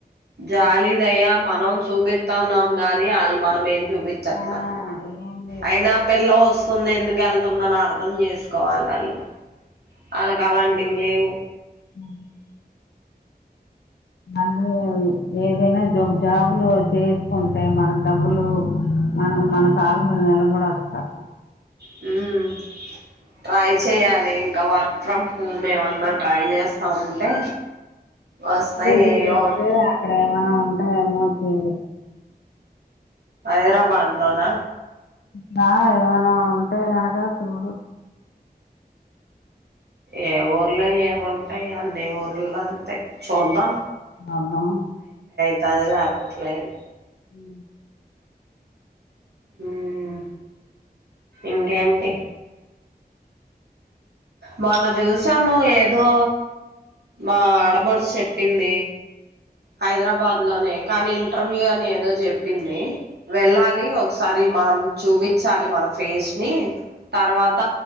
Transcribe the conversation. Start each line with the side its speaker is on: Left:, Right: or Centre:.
Right: జాలి దయా మనం చూమిస్త్ తెం ఉన్నాం గాని ఆళ్ళు మనం ఏ జూబిత్ చట్లా
Left: ఆ ఏం లేదు
Right: అయినా పెల్లాం వస్ తుంది ఎందుకు వెళ్తుంద అని అర్థం చేసు కోవల వాళ్ళు ఆళ్ళకు అలాంటివి లేవు
Left: మ్ మండే అవి ఏదైనా జో జాబ్ లో చేసుకు అంటే మనక్ డబ్బులు మనకు మన కాళ్ళ మీద నిలబడవచ్చు అక్క
Right: హుమ్ ట్రై చెయాలి ఇంక వర్ వర్క్ ఫ్రమ్ హోమ్ ఏమన్నా ట్రై చేస్తా ఉంటే వస్తాయి
Left: అక్క దగ్గరికి
Right: ఏయో
Left: వెళ్తె
Right: ఒకటి
Left: అక్కడ ఏమైనా ఉంట అయ్ మా కూడ
Right: హైదరాబాద్ లోన
Left: మ ఏవన ఉంటే అనక చూడు
Right: ఏ ఊర్లో ఏముంటయి అన్ని ఊరుల్లో అంతే చూద్దాం
Left: మబావ్
Right: ఇత్తద్లె అప్పట్లేదు
Left: ఉ
Right: ఉమ్ ఇంకేంటి మొన్న చూసాము ఏదో మా ఆడబ డ్చు చెప్పింది హైద్రబాద్ లోనే కాని ఇంటర్వ్యూ అని ఏదో చెప్పింది వెళ్ళాలి ఒకసారి మనం చూపించాలి మన ఫేస్ ని తర్వాత